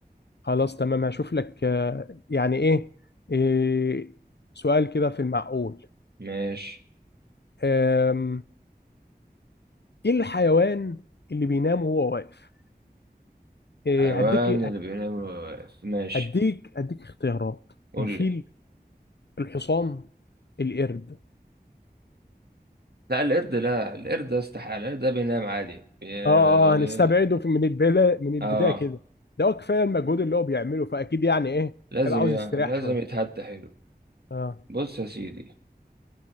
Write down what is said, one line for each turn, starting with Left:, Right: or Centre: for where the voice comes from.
Left: خلاص تمام هشوف لك آه، يعني ايه إيه، سؤال كده في المعقول
Right: ماشي
Left: آم، ايه الحيوان اللي بينام وهو واقف
Right: حيوان
Left: إيه، هديك
Right: اللي بينام واقف ماشي
Left: هديك هديك اختيارات
Right: قول
Left: الفيل
Right: لي
Left: الحصان القرد
Right: لا القرد لا القرد ده استحالة القرد ده بينام عادي بي...
Left: اه
Right: بي-
Left: اه هنستبعده في- من البدايه من البدايه
Right: اه
Left: كده ده هو كفايه المجهود اللي هو بيعمله فاكيد يعني ايه
Right: لازم
Left: هيبقى عاوز
Right: ي...
Left: يستريح
Right: لازم
Left: شويه
Right: يتهدى حلو
Left: اه
Right: بص يا سيدي